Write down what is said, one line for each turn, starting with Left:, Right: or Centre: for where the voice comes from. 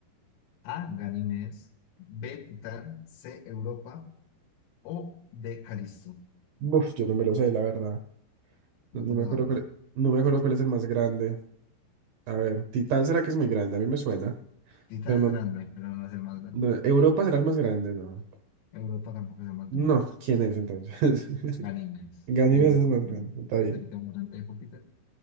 Left: A. Ganímedes. B. Titán. C. Europa. O D. Calisto.
Right: Uf, yo no me lo sé, la verdad. No,
Left: No
Right: no
Left: te lo
Right: me acuerdo
Left: sabes.
Right: cuál, no me acuerdo cuál es el más grande. A ver, Titán será que es muy grande, a mí me suena,
Left: Titán
Right: pero no.
Left: es grande, pero no es el más grande.
Right: no, Europa será el más grande, no.
Left: Europa tampoco es el más
Right: No,
Left: grande.
Right: ¿quién es entonces? <laughs>
Left: Ganímedes.
Right: Ganímedes
Left: Ganímedes
Right: es el
Left: es
Right: más
Left: un
Right: grande, está bien.
Left: satélite más grande de Júpiter.